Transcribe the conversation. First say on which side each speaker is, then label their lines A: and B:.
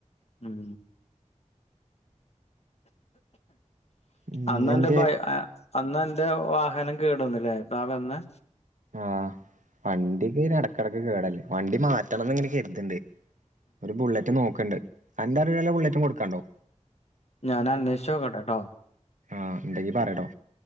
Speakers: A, on the left; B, on the right.
A: ഉം
B: ഉം
A: അന്നന്റെ
B: എന്റെ
A: ബ അന്നന്റെ വാഹനം കേടുവന്ന്ല്ലേ താ വന്നെ
B: ആഹ് വണ്ടിക്ക് ഇങ്ങനെ എടക്കെടക്ക് കേടല്ലേ വണ്ടി മാറ്റണംന്ന് ഇങ്ങനെ കര്ത്ണ്ട്. ഒരു ബുള്ളറ്റ് നോക്ക്ണ്ട് അന്റെ അറിവില് ബുള്ളറ്റും കൊടുക്കാണ്ടോ
A: ഞാന് അന്വേഷിച്ച് നോക്കെട്ടെട്ടോ
B: ആഹ് ഇണ്ടെങ്കി പറയട്ടോ